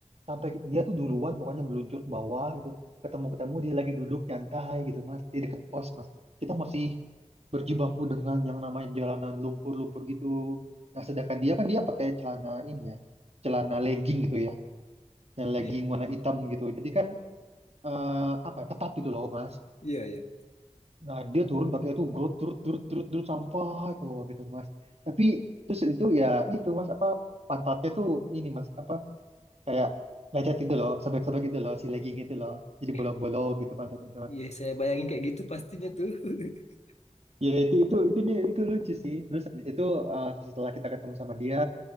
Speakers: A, on the right; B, on the left.
A: Sampai dia tuh duluan pokoknya meluncur ke bawah gitu. Ketemu-ketemu dia lagi duduk nyantai gitu, Mas. Di dekat pos, Mas. Kita masih berjibaku dengan yang namanya jalanan lumpur-lumpur gitu. Nah, sedangkan dia kan dia pakai celana ini ya. Celana legging gitu ya. Dan legging
B: Iya,
A: warna hitam gitu. Jadi kan eh, apa ya, ketat gitu loh, Mas.
B: iya, iya.
A: Nah, dia turun pakai itu grut turut turut turut turut sampai keluar gitu mas. Tapi terus itu ya itu mas apa pantatnya tuh ini mas apa kayak lecet gitu loh, sobek-sobek gitu loh, si legging itu loh, jadi
B: Ya,
A: bolong-bolong gitu pantatnya itu mas.
B: Iya, saya bayangin kayak gitu pastinya tuh. <laughs>
A: Ya itu itu itu dia itu lucu sih. Terus habis itu eh, setelah kita ketemu sama dia,